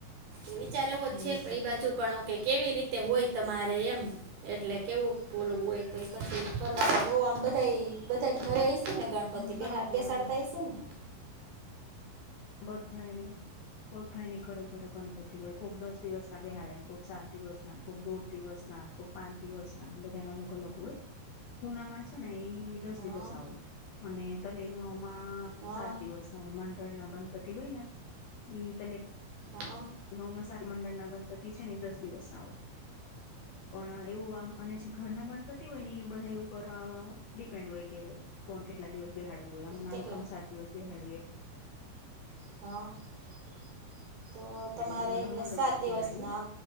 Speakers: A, on the right; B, on the left.
A: એ વિચાર એવો
B: એમ
A: છે
B: લેતા
A: પ એ બાજુ પણ કે કેવી રીતે હોય તમારે એમ એટલે કેવું બોલવું હોય તો પછી ફરવા બોવામ બધાય બધાને ઘરે આવી છેને ગણપતિ
B: આમ
A: બે
B: સરસ હોય
A: બેસાડતા
B: આમાં
A: હ છેને.
B: બધુંય ન કો થાય ન ખરેખર ગણપતિ હોય કોઈક દસ દિવસ ના બ બેહાડેને કોઈક સાત દિવસ ના કોઈક દોઢ દિવસ ના પાંચ દિવસ ના બધા ના અલગ અલગ હોય પુનામાં છે ને એ દસ
A: હા
B: દિવસ ના હોય અને તલેગમાં
A: હા
B: સાત દિવસ ના હોય મંડળ ના પતી હોય ને ઈ તને
A: હા
B: ગૌમાંસા મંડળ ના ગણપતિ છે ને દસ દિવસના હોય
A: <inaudible>
B: પણ એવું આમ અને જે ઘરના ગણપતિ હોય ને એ બધા એ ઉપર ડિપેન્ડ હોય કે કોણ કેટલા દિવસ બેહાડવું હોય અમે માનું
A: કેટલા
B: કેમ સાત દિવસ બેહાડીએ
A: હ તો
B: બેહાડીએ
A: તમારે
B: મંડળ
A: એટલે
B: મંડળ
A: સાત
B: ઉપર
A: દિવસના
B: બેહાડીએ